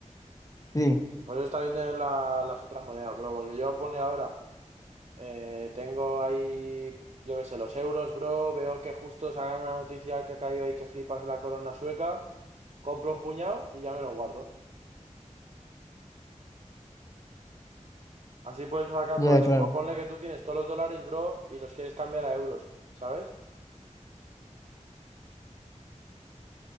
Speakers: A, on the left; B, on the right.
A: Sí,
B: Por eso está bien tener la- las otras monedas, bro. Porque yo ponle ahora, eh, tengo ahí, yo qué sé, los euros, bro. Veo que justo sacan una noticia que ha caído ahí que flipas en la corona sueca. Compro un puñado y ya me lo guardo. Así puedes sacar
A: ya,
B: provecho.
A: claro.
B: O ponle que tú tienes todos los dólares, bro, y los quieres cambiar a euros, ¿sabes?